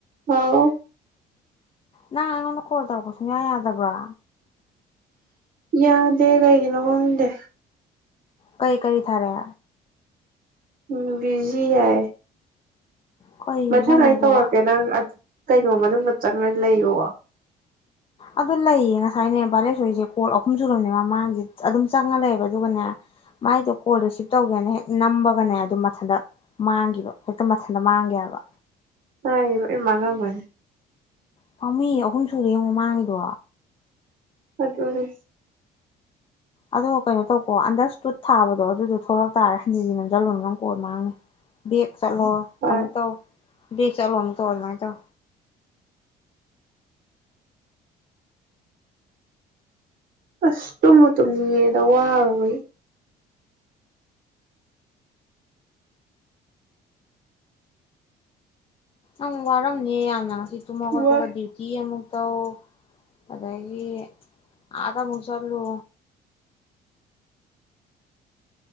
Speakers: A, on the right; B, on the left.
A: ꯍꯥꯎ
B: ꯅꯪ ꯑꯩꯉꯣꯟꯗ ꯀꯣꯜ ꯇꯧꯔꯛꯄ ꯁꯨꯡꯌꯥ ꯌꯥꯗꯕ꯭ꯔꯥ
A: ꯌꯥꯗꯦ ꯀꯩꯒꯤꯅꯣ ꯈꯪꯗꯦ
B: ꯀꯩ ꯀꯔꯤ ꯊꯥꯔꯦ
A: ꯎꯝ ꯕꯤꯖꯤ ꯍꯥꯏ
B: ꯀꯔꯤꯖꯥꯠꯅꯣ
A: ꯃꯊꯪ ꯑꯩ
B: ꯑꯗꯨꯕꯣ
A: ꯇꯧꯔꯛꯀꯦ ꯅꯪ ꯀꯩꯅꯣ ꯃꯅꯨꯡꯗ ꯆꯪꯉ ꯂꯩꯋꯣ
B: ꯑꯗꯨ ꯂꯩꯌꯦ ꯉꯁꯥꯏꯅꯦ ꯚꯂꯦꯛꯁꯣꯏꯔꯤꯁꯦ ꯀꯣꯜ ꯑꯍꯨꯝ ꯁꯨꯔꯕꯅꯤ ꯃꯃꯥꯡꯁꯦ ꯑꯗꯨꯝ ꯆꯪꯉ ꯂꯩꯕ ꯑꯗꯨꯒꯅꯦ ꯃꯥꯏꯗꯣ ꯀꯣꯜ ꯔꯤꯁꯤꯞ ꯇꯧꯒꯦꯅ ꯍꯦꯛ ꯅꯝꯕꯒꯅꯦ ꯑꯗꯨ ꯃꯊꯟꯇ ꯃꯥꯡꯒꯤꯕ ꯍꯦꯛꯇ ꯃꯊꯟꯇ ꯃꯥꯡꯒꯤ ꯍꯥꯏꯕ
A: ꯑꯩ ꯂꯣꯏ ꯃꯥꯡꯉꯝꯃꯅꯤ
B: ꯄꯥꯎꯃꯤ ꯑꯍꯨꯝ ꯁꯨꯔꯦ ꯌꯦꯡꯉꯣ ꯃꯥꯡꯉꯤꯗꯣ
A: ꯑꯗꯨꯅꯦ
B: ꯑꯗꯣ ꯀꯩꯅꯣ ꯇꯧꯀꯣ ꯑꯟꯗꯔ ꯁꯇꯨꯠ ꯊꯥꯕꯗꯣ ꯑꯗꯨꯗꯣ ꯊꯣꯛꯂꯛ ꯇꯥꯔ ꯍꯟꯖꯤ ꯁꯤ ꯅꯝꯁꯤꯜꯂꯨꯅꯣ ꯅꯪ ꯀꯣꯜ ꯃꯥꯡꯅꯤ ꯕꯦꯛ ꯆꯠꯂꯣ
A: ꯍꯣꯏ
B: ꯑꯃꯨꯛ ꯇꯧꯑꯣ ꯕꯦꯛ ꯆꯠꯂꯣ ꯑꯃꯨꯛꯇꯧ ꯑꯗꯨꯃꯥꯏ ꯇꯧ
A: ꯑꯁ ꯇꯨꯝꯕ ꯇꯨꯝꯅꯤꯡ ꯉꯦꯗ ꯋꯥꯔꯨꯕꯒꯤ
B: ꯑ ꯋꯥꯔꯝꯅꯦ ꯌꯥꯝꯅ ꯇꯨꯝꯕ ꯍꯧꯖꯠꯄꯒ
A: ꯋꯥꯏ
B: ꯗꯤꯎꯇꯤ ꯑꯃꯨꯛ ꯇꯧ ꯑꯗꯒꯤ ꯑꯥꯗ ꯑꯃꯨꯛ ꯆꯠꯂꯨ